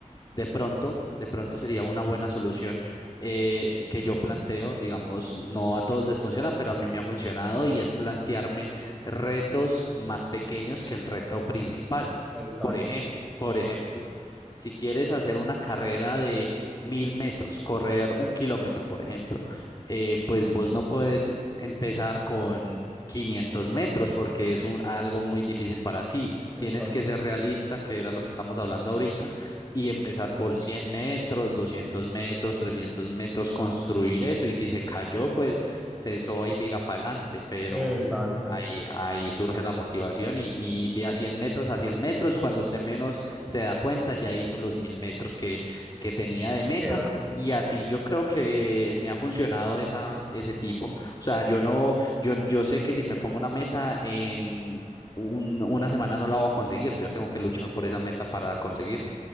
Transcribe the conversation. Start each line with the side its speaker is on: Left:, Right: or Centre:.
Left: De pronto, de pronto sería una buena solución eh, que yo planteo, digamos, no a todos les funciona, pero a mí me ha funcionado y es plantearme retos más pequeños que el reto principal.
Centre: exacto,
Left: Por ejemplo, por ejemplo, si quieres hacer una carrera de mil metros, correr un kilómetro, por ejemplo, eh, pues vos no puedes empezar con 500 metros porque es un, algo muy difícil para ti.
Centre: exacto,
Left: Tienes que
Centre: exacto.
Left: ser realista, que era lo que estamos hablando ahorita y empezar por 100 metros, 200 metros, 300 metros, construir eso. Y si se cayó, pues cesó y siga para adelante, pero
Centre: Exacto.
Left: ahí, ahí surge la motivación y, y de a 100 metros a 100 metros, cuando usted menos se da cuenta, ya hizo los 1000 metros que, que tenía de meta.
Centre: ¿Qué era?
Left: Y así yo creo que me ha funcionado esa, ese tipo. O sea, yo no, yo, yo sé que si me pongo una meta en... un- una semana no la voy a conseguir, yo tengo que luchar por esa meta para conseguirla.